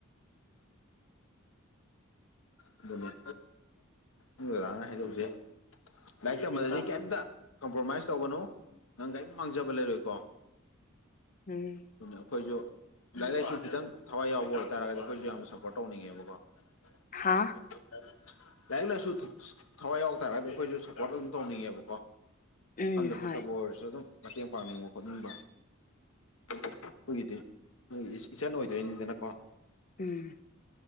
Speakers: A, on the left (about 75°); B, on the left (about 40°).
A: ꯑꯗꯨꯅꯦ ꯅꯪ ꯗꯗꯥꯅ ꯍꯥꯏꯗꯧꯖꯦ ꯂꯥꯏꯔꯤꯛ ꯇꯝꯕꯗꯗꯤ ꯀꯩꯝꯇ ꯀꯝꯄ꯭ꯔꯣꯃꯥꯏꯁ ꯇꯧꯒꯅꯨ ꯅꯪ ꯀꯩꯝ ꯃꯥꯡꯖꯕ ꯂꯩꯔꯣꯏꯀꯣ
B: ꯎꯝ
A: ꯗꯨꯅꯦ ꯑꯈꯣꯏꯖꯨ ꯂꯥꯏꯔꯤꯛ ꯂꯥꯏꯁꯨ ꯈꯤꯇꯪ ꯊꯋꯥꯏ ꯌꯥꯎꯕ ꯑꯣꯏꯇꯥꯔꯒꯗꯤ ꯑꯈꯣꯏꯖꯨ ꯌꯥꯝꯅ ꯁꯞꯄꯣꯔꯠ ꯇꯧꯅꯤꯡꯉꯦꯕꯀꯣ
B: ꯍꯥ
A: <inaudible> ꯂꯥꯏꯔꯤꯛ ꯂꯥꯏꯁꯨ ꯊꯋꯥꯏ ꯌꯥꯎ ꯇꯥꯔꯒꯗꯤ ꯑꯈꯣꯏꯖꯨ ꯁꯞꯄꯣꯔꯠ ꯑꯗꯨꯝ ꯇꯧꯅꯤꯡꯉꯦꯕꯀꯣ
B: ꯎꯝ
A: ꯈꯪꯗ ꯈꯣꯠꯇꯕ
B: ꯍꯣꯏ
A: ꯑꯣꯏꯔꯁꯨ ꯑꯗꯨꯝ ꯃꯇꯦꯡ ꯄꯥꯡꯅꯤꯡꯕ ꯈꯣꯠꯅꯤꯡꯕ ꯑꯗꯨꯒꯤꯗꯤ ꯈꯣꯏꯒꯤꯗꯤ ꯏꯆꯟ ꯑꯣꯏꯗꯣꯏꯅꯤꯗꯅꯀꯣ
B: ꯎꯝ